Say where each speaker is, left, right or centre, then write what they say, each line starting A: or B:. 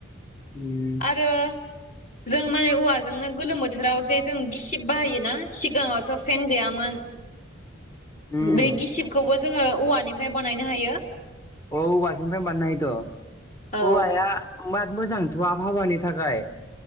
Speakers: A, on the left (about 15°); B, on the left (about 35°).
A: उम
B: आरो जों माने औवाजोंनो गोलोम बोथोराव जे जों गिसिब बाहायोना सिगाङावथ' फेन गैयामोन
A: उम
B: बे गिसिबखौबो जोङो औवानिफ्राय बनायनो हायो
A: औ औवाजोंफ्राय बानाय हायोथ'
B: औ
A: औवाया माद मोजांथ' आबहावानि थाखाय